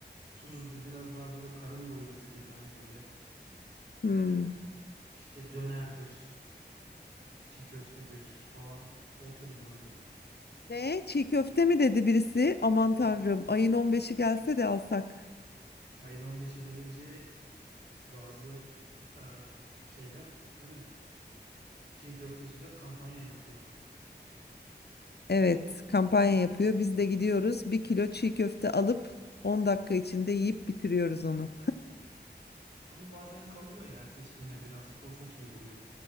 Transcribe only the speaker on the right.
tuzlu biraz daha böyle karın doyurucu gibi hani böyle
e, işte dönerdir, çiğ köftedir falan o tür böyle.
<laughs>
Ayın on beşi gelince bazı e, şeyler değil mi? Çiğ köfteciler kampanya yapıyor.
Ama bazen kalıyor ya ertesi günde birazcık o çok iyi oluyor.